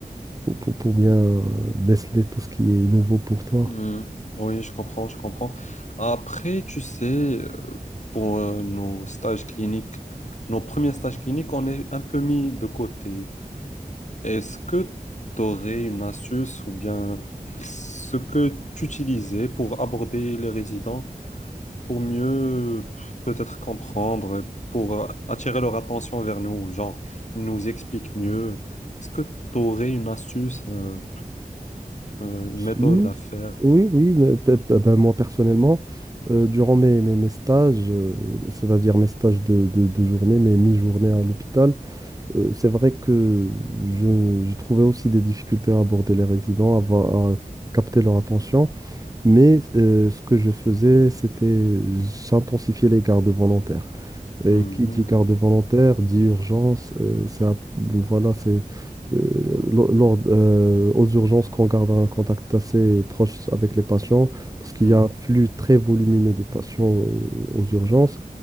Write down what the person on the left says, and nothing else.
Mhm. Oui, je comprends, je comprends. Après, tu sais, euh, pour euh, nos stages cliniques, nos premiers stages cliniques, on est un peu mis de côté. Est-ce que tu aurais une astuce ou bien ce que tu utilisais pour aborder les résidents, pour mieux peut-être comprendre, pour euh, attirer leur attention vers nous, genre ils nous expliquent mieux. Est-ce que tu aurais une astuce, euh, euh, une
méthode à faire?
Mhm,
mhm.